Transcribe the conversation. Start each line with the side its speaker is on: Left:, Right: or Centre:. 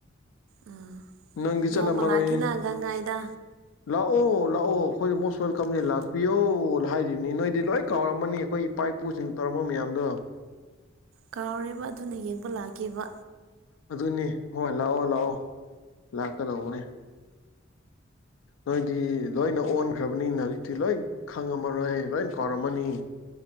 Right: ꯑꯥ
Left: ꯅꯪꯗꯤ
Right: ꯅꯣꯡꯃ
Left: ꯆꯠꯂꯝ ꯃꯔꯣꯏꯌ‌ꯦ
Right: ꯂꯥꯛꯀꯦꯅ ꯒꯪꯒꯥꯏꯗ
Left: ꯂꯥꯛꯑꯣ ꯂꯥꯛꯑꯣ ꯑꯩꯈꯣꯏꯗꯤ ꯃꯣꯁ ꯋꯦꯜꯀꯝꯅꯦ ꯂꯥꯛꯄꯤꯌꯣ ꯍꯥꯏꯔꯤꯅꯤ ꯅꯣꯏꯗꯤ ꯂꯣꯏ ꯀꯥꯎꯔꯝꯃꯅꯤ ꯑꯩꯈꯣꯏ ꯏꯄꯥ ꯏꯄꯨꯁꯤꯡ ꯇꯧꯔꯝꯕ ꯃꯌꯥꯝꯗꯣ
Right: ꯀꯥꯎꯔꯦꯕ ꯑꯗꯨꯅ ꯌꯦꯡꯕ ꯂꯥꯛꯀ‌ꯦꯕ
Left: ꯑꯗꯨꯅꯦ ꯍꯣꯏ ꯂꯥꯛꯑꯣ ꯂꯥꯛꯑꯣ ꯂꯥꯛꯀꯗꯧꯕꯅꯦ ꯅꯣꯏꯗꯤ ꯂꯣꯏꯅ ꯑꯣꯟꯈ꯭ꯔꯕꯅꯤꯅ ꯍꯧꯖꯤꯛꯇꯤ ꯂꯣꯏ ꯈꯪꯉꯝꯃꯔꯣꯏ ꯂꯣꯏ ꯀꯥꯎꯔꯝꯃꯅꯤ